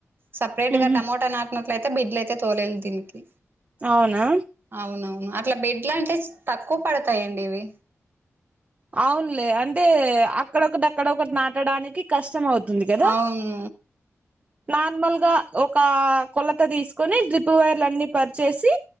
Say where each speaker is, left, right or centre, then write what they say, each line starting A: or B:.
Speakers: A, on the right; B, on the right.
A: సపరేట్
B: ఉహు
A: గా టమోట నాటినం అట్లయితే బిడ్లు అయితే తోలేదు దీనికి
B: అవునా!
A: అవునవును అట్లా బెడ్లు అంటే తక్కువ పడతాయండి ఇవి
B: అవునులే అంటే అక్కడొకటి అక్కడొకటి నాటడానికి కష్టమవుతుంది కదా
A: అవును
B: నార్మల్ గా ఒక కొలత తీసుకొని డ్రిప్ వైర్లన్నీ పరిచేసి